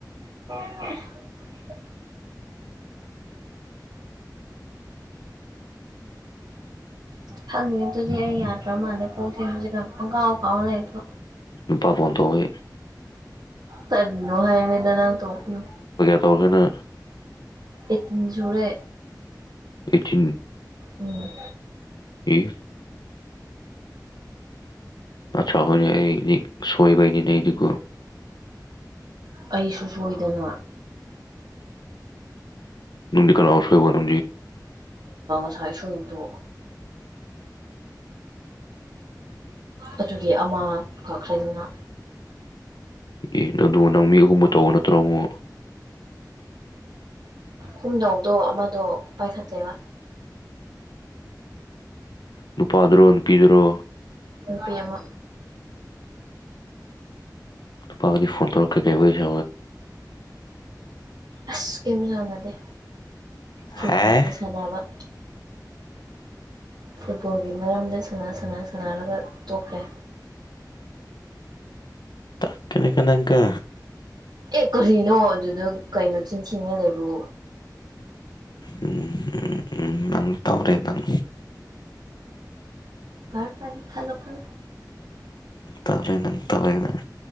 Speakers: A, on the right; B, on the left.
A: <inaudible> <inaudible> ꯈꯪꯉ ꯑꯗꯨꯗꯤ ꯑꯩ ꯌꯥꯗ꯭ꯔ ꯃꯥꯜꯂꯦ ꯀꯣꯛꯁꯦꯖꯤꯥꯏꯇꯪ ꯀꯥꯎ ꯀꯥꯎ ꯂꯩꯕꯗꯣ
B: ꯅꯨꯄꯥ ꯐ ꯇꯋꯦ
A: ꯇꯅ ꯍꯥꯏꯋꯦꯗꯅꯥ ꯇ ꯑꯣꯅ
B: ꯇꯒꯅ
A: ꯏꯇꯤꯟꯖꯨꯔꯦ
B: ꯑꯦꯊꯤꯟ
A: ꯎꯝ
B: ꯑꯦ ꯑ ꯆꯥꯎꯈꯣꯏꯅꯤ ꯑꯩ ꯁꯣꯏꯕꯩꯅꯤ ꯅꯗꯨꯒ
A: ꯑꯩꯁꯨ ꯁꯣꯏꯗꯅ
B: ꯇꯗꯤ ꯀꯔ ꯑꯁꯣꯏ ꯑꯗꯨ
A: ꯁꯥꯏ ꯁꯣꯏꯗ ꯑꯗꯨꯒꯤ ꯑꯃ ꯀꯛꯈ꯭ꯔꯦꯗꯅ
B: ꯌꯦ ꯅ ꯑꯗꯨ ꯅꯪ ꯃꯤ ꯍꯨꯝꯃ ꯇꯧꯕ ꯅꯠꯇ꯭ꯔ ꯑꯃ
A: ꯍꯨꯝꯗꯥꯎꯗꯣ ꯑꯃꯗꯣ ꯄꯥꯏꯈꯠꯇꯦꯕ
B: ꯅꯨꯄꯥꯗꯨꯣ ꯅꯨꯄꯤꯗꯨꯔꯣ
A: ꯅꯨꯄꯤ ꯑꯃ
B: ꯄꯥꯗꯤ ꯐꯣꯟ ꯇꯧꯔꯛ ꯀ ꯀꯩꯕꯩꯁꯦ
A: ꯑꯁ ꯀꯩꯝ ꯁꯥꯟꯅꯗꯦ ꯐꯨꯠꯕꯣꯜꯒꯤ
B: ꯍꯥ
A: ꯁꯥꯟꯅꯕ ꯐꯨꯠꯕꯣꯜꯒꯤ ꯃꯔꯝꯗ ꯁ ꯁꯅꯥ ꯁꯅꯔꯒ ꯇꯣꯛꯈ꯭ꯔꯦ
B: ꯇ ꯀꯅꯦ ꯀ ꯇꯪꯀ
A: ꯑꯦ ꯀꯔꯤꯅꯣ ꯑꯗꯨꯗ ꯀꯩꯅꯣ ꯆꯤꯟꯁꯤꯉ ꯂꯩꯕ꯭ꯔꯣ
B: ꯎꯝ ꯎꯝ ꯎꯝ ꯅꯪ ꯇꯧꯔꯦ ꯅꯪ
A: ꯔ ꯄꯥ ꯈꯥꯗ ꯈꯥꯟꯂꯣ
B: ꯇꯧꯔꯦ ꯅꯪ ꯇꯧꯔꯦ ꯅꯪ